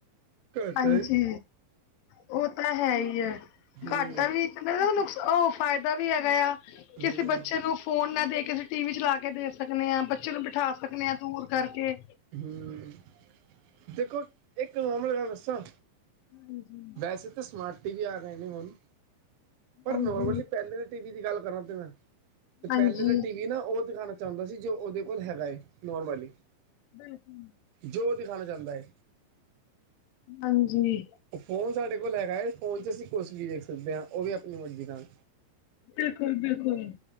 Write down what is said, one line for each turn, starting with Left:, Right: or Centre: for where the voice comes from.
Right: ਘੱਟ
Left: ਹਾਂਜੀ,
Right: ਹੈ
Left: ਉਹ ਤਾਂ ਹੈ ਹੀ ਐ
Right: ਹੂੰ
Left: ਘਾਟਾ ਵੀ ਮੇ ਨੁਕਸ ਉਹ ਫਾਇਦਾ ਵੀ ਹੈਗਾ ਆ, ਕਿਸੇ
Right: ਹੂੰ
Left: ਬੱਚੇ ਨੂੰ ਫੋਨ ਨਾ ਦੇ ਕੇ, ਅਸੀਂ ਟੀ ਵੀ ਚਲਾ ਕ ਕੇ ਦੇ ਸਕਦੇ ਹਾਂ, ਬੱਚੇ ਨੂੰ ਬਿਠਾ ਸਕਦੇ ਹਾਂ ਦੂਰ ਕਰਕੇ
Right: ਹਮ ਦੇਖੋ ਇੱਕ <unintelligible> ਗੱਲ ਦੱਸਾਂ
Left: ਹਾਂਜੀ।
Right: ਵੈਸੇ ਤੇ, ਸਮਾਰਟ ਟੀਵੀ ਆ ਗਏ ਨੇ ਹੁਨ। ਪਰ
Left: ਹਾਂਜੀ
Right: ਨੋਰਮਲੀ ਪਹਿਲੇ ਦੀ ਟੀਵੀ ਦੀ ਗੱਲ ਕਰਾਂ ਤੇ ਮੈਂ, ਤੇ
Left: ਹਾਂਜੀ
Right: ਪਹਿਲੇ ਦਾ ਟੀਵੀ ਨਾ, ਉਹ ਦਿਖਾਣਾ ਚਾਹੁੰਦਾ ਸੀ, ਜੋ ਉਹਦੇ ਕੋਲ ਹੈਗਾ ਏ, ਨੌਰਮਲੀ।
Left: ਬਿਲਕੁ
Right: ਜੋ ਦਿਖਾਣਾ ਚਾਂਦਾ ਏ।
Left: ਹਾਂਜੀ।
Right: ਓ ਫੋਨ ਸਾਡੇ ਕੋਲ ਹੈਗਾ, ਫੋਨ'ਚ ਅਸੀਂ ਕੁਛ ਵੀ ਵੇਖ ਸਕਦੇ ਆਂ, ਉਹ ਵੀ ਆਪਣੀ ਮਰਜ਼ੀ ਨਾਲ।
Left: ਬਿਲਕੁਲ-ਬਿਲਕੁਲ।